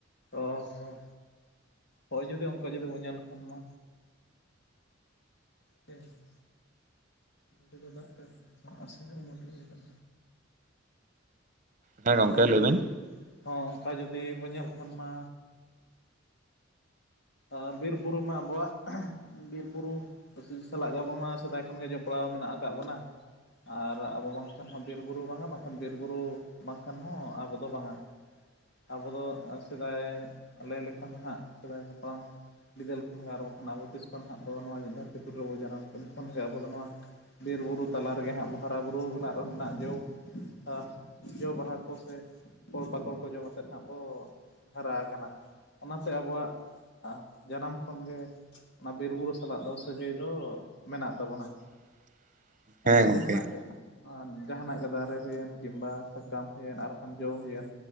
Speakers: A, on the left; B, on the right.
A: ᱚ ᱦᱚᱸ ᱦᱳᱭ ᱡᱩᱫᱤ ᱚᱝᱠᱟ ᱡᱩᱫᱤ ᱵᱚᱱ ᱧᱮᱞ ᱞᱮᱠᱷᱟᱱ ᱢᱟ, <inaudible> ᱜᱟᱹᱰᱤ ᱫᱚ ᱫᱟᱜ ᱛᱮ ᱛᱟᱦᱮᱸ ᱦᱚᱪᱚ ᱟᱥᱮ ᱩᱢᱩᱞ ᱨᱮ <inaudible>
B: ᱦᱮᱸ
A: ᱚᱝᱠᱟ
B: ᱜᱚᱝᱠᱮ
A: ᱡᱩᱫᱤ
B: ᱞᱟᱹᱭ ᱵᱤᱱ᱾
A: ᱵᱚᱱ ᱦᱚᱸ ᱚᱝᱠᱟ ᱡᱩᱫᱤ ᱵᱚᱱ ᱧᱮᱞ ᱠᱷᱟᱱ ᱢᱟ ᱟ ᱵᱤᱨ-ᱵᱩᱨᱩ ᱢᱟ ᱟᱵᱚᱣᱟᱜ ᱵᱤᱨ-ᱵᱩᱨᱩ ᱥᱟᱞᱟᱜ ᱜᱮ ᱟᱵᱚ ᱢᱟ ᱥᱮᱫᱟᱭ ᱠᱷᱚᱱᱜᱮ ᱡᱚᱯᱲᱟᱣ ᱢᱮᱱᱟᱜ ᱠᱟᱫ ᱵᱚᱱᱟ, ᱟᱨ ᱟᱵᱚ ᱵᱟᱝᱠᱷᱟᱱ ᱦᱚᱸ ᱵᱤᱨᱼᱵᱩᱨᱩ ᱵᱟᱝᱟ, ᱵᱟᱝᱠᱷᱟᱱ ᱵᱤᱨᱼᱵᱩᱨᱩ ᱵᱟᱝᱠᱷᱟᱱ ᱦᱚᱸ ᱟᱵᱚ ᱫᱚ ᱵᱟᱝᱟ᱾ ᱟᱵᱚ ᱫᱚ ᱥᱮᱫᱟᱭ ᱞᱟᱹᱭ ᱞᱮᱠᱷᱟᱱ ᱫᱚ ᱦᱟᱸᱜ ᱥᱮᱫᱟᱭ ᱦᱟᱯᱲᱟᱢ, ᱵᱤᱫᱟᱹᱞ ᱠᱷᱚᱱ ᱜᱮ ᱟᱨ ᱵᱟᱠᱷᱟᱱ ᱟᱵᱚ ᱛᱤᱥ ᱠᱷᱚᱱ ᱦᱟᱸᱜ ᱫᱚ ᱱᱚᱣᱟ ᱫᱷᱟᱹᱨᱛᱤ ᱯᱩᱨ ᱨᱮᱵᱚᱱ ᱡᱟᱱᱟᱢ ᱩᱱ ᱠᱷᱚᱱ ᱜᱮ ᱟᱵᱚ ᱫᱚ ᱱᱚᱣᱟ ᱵᱤᱨᱵᱩᱨᱩ ᱛᱟᱞᱟ ᱨᱮᱜᱮ ᱦᱟᱸᱜ ᱦᱟᱨᱟ ᱵᱩᱨᱩ ᱠᱟᱱᱟ ᱟᱨ ᱚᱸᱰᱮᱱᱟᱜ ᱡᱚ ᱦᱟ ᱡᱚ ᱵᱟᱦᱟ ᱠᱚ ᱥᱮ ᱯᱷᱚᱲ ᱯᱟᱠᱚᱲ ᱠᱚ ᱡᱚᱢ ᱟᱛᱮᱫ ᱦᱟᱸᱜ ᱵᱚ ᱦᱟᱨᱟ ᱟᱠᱟᱱᱟ᱾ ᱚᱱᱟᱛᱮ ᱟᱵᱚᱣᱟᱜ ᱟ ᱡᱟᱱᱟᱢ ᱠᱷᱚᱱᱜᱮ ᱚᱱᱟ ᱵᱤᱨ ᱵᱩᱨᱩ ᱥᱟᱞᱟᱜ ᱫᱚ ᱥᱟᱹᱜᱟᱹᱭ ᱫᱚ ᱢᱮᱱᱟᱜ ᱛᱟᱵᱚᱱᱟ᱾
B: <inaudible>
A: ᱟᱸ
B: ᱜᱚᱝᱠᱮ
A: ᱡᱟᱦᱟᱸᱱᱟᱜ ᱜᱮ, ᱟᱻ ᱡᱟᱦᱟᱸᱱᱟᱜ ᱜᱮ ᱫᱟᱨᱮ ᱦᱩᱭᱮᱱ ᱠᱤᱢᱵᱟ ᱥᱟᱠᱟᱢ ᱦᱩᱭᱮᱱ ᱟᱨ ᱵᱟᱝᱠᱷᱟᱱ ᱡᱚᱸ ᱦᱩᱭᱮᱱ,